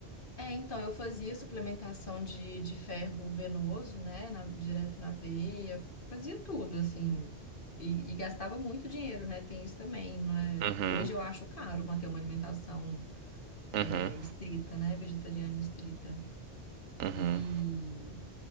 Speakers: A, on the left; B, on the right.
A: É, então, eu fazia suplementação de, de ferro venoso, né, na- direto na veia, fazia tudo, assim, e, e gastava muito dinheiro, né, tem isso também, não é?
B: Uhum,
A: Hoje eu acho caro manter uma alimentação
B: uhum,
A: é, estrita, né, vegetariana estrita.
B: uhum,
A: E,